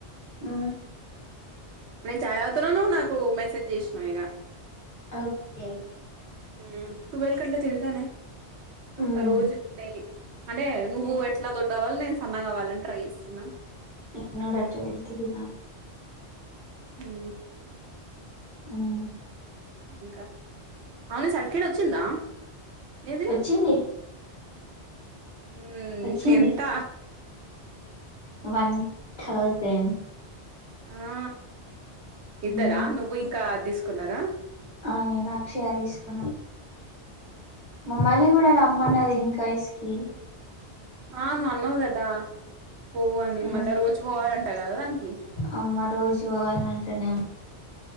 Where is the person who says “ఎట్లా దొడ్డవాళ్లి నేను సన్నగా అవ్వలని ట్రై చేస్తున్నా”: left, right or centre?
Right